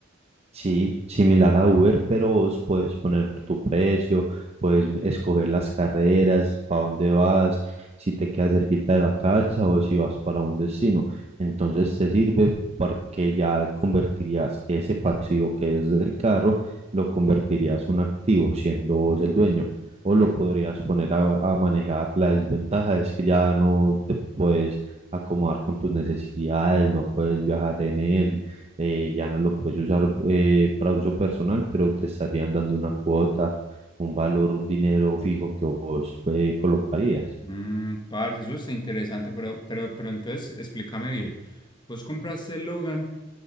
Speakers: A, on the right; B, on the left.
A: Sí, similar a Uber, pero vos puedes poner tu precio, puedes m- escoger las carreras, para dónde vas, si te quedas cerquita de la casa o si vas para un destino. Entonces te sirve porque ya convertirías ese pasivo que es del carro, lo convertirías en un activo, siendo vos el dueño. O lo podrías poner a, a manejar. La desventaja es que ya no te puedes acomodar con tus necesidades, no puedes viajar en él eh, ya no lo puedes usar eh, para uso personal, pero te estarían dando una cuota, un valor, un dinero fijo que vos eh, colocarías.
B: Mm, parce, eso es interesante, pero, pero, pero entonces explícame bien. Vos compraste el Logan